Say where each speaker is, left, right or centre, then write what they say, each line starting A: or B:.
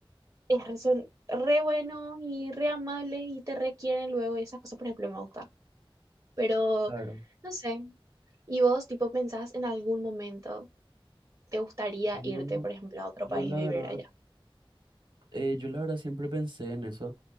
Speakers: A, on the right; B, on the right.
A: es re- son re buenos y re amables y te requieren luego y esas cosas, por ejemplo, me gusta. Pero,
B: claro.
A: no sé. ¿Y vos, tipo, pensás en algún momento, te gustaría
B: Yo,
A: irte, por ejemplo, a otro
B: yo
A: país
B: la
A: y vivir
B: verdad,
A: allá?
B: eh, yo la verdad siempre pensé en eso,